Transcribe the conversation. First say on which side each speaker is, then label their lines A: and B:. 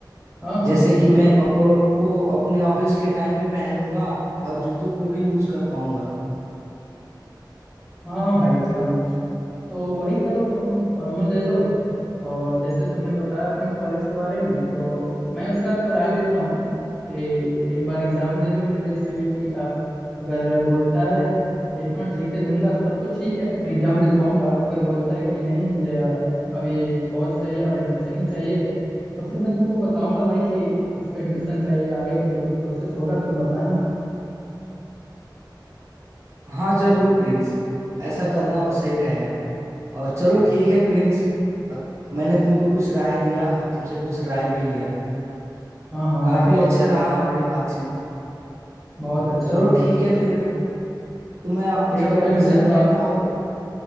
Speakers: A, in the centre; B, on the right.
A: हाँ हाँ
B: जैसे
A: बिल्कुल
B: कि मैं
A: भाई
B: कपड़ों को अपने ऑफिस के टाइम पे पहन लूंगा और जूतों को भी यूज कर पाऊंगा
A: हाँ हाँ भाई एकदम तो वही करो तुम फॉर्मल ले लो और जैसे तुमने बताया अपने कॉलेज के बारे में तो मैं उसका तो राय लेता हूँ कि एक बार एग्जाम दे लो एंट्रेंस सीईटी का अगर बोलता है कि हाँ ठीक है दूंगा तब तो ठीक है मैं एग्जाम दिलवाऊंगा अगर बोलता है कि नहीं मुझे अभी पहुंच चाहिए और एडमिशन ही चाहिए तो फिर मैं तुमको बताऊंगा भाई कि इसको एडमिशन चाहिए आगे का जो भी प्रोसेस होगा तुम बताना
B: हाँ जरूर प्रिंस ऐसा करना सही रहेगा और चलो ठीक है प्रिंस अ, मैंने तुमको कुछ राय दिया और तुमसे कुछ राय भी लिया
A: हाँ हाँ
B: काफी
A: भाई बहुत
B: अच्छा
A: अच्छा
B: रहा
A: लगा
B: हमारी बातचीत
A: बहुत अच्छा
B: चलो
A: बहुत
B: ठीक
A: अच्छा
B: है फिर तुम्हें
A: ठीक
B: जब
A: है
B: एडमिशन
A: भाई मुझे थोड़ा
B: लेना हो